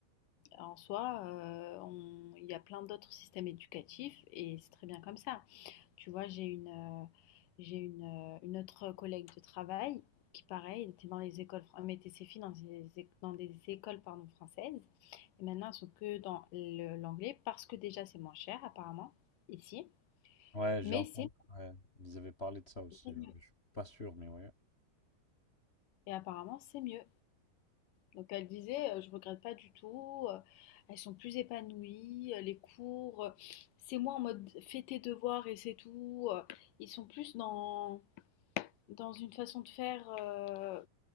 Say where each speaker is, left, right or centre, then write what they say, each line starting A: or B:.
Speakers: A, on the left; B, on the left.
A: en soi, euh, on- il y a plein d'autres systèmes éducatifs et c'est très bien comme ça. Tu vois, j'ai une, euh, j'ai une, euh, une autre collègue de travail qui, pareil, était dans les écoles, fran- mettait ses filles dans des, éc- dans des écoles pardon, françaises. Et maintenant, elles sont que dans le- l'anglais parce que déjà, c'est moins cher, apparemment, ici.
B: Ouais, j'ai
A: Mais
B: entendu,
A: c'est
B: ouais. Ils avaient parlé de ça aussi,
A: c'est
B: heu,
A: mieux.
B: mais je suis pas sûr, mais ouais.
A: Et apparemment, c'est mieux. Donc, elle disait, euh, je regrette pas du tout. euh, Elles sont plus épanouies. euh, Les cours, euh, c'est moins en mode fais tes devoirs et c'est tout. euh, Ils sont plus dans dans une façon de faire euh,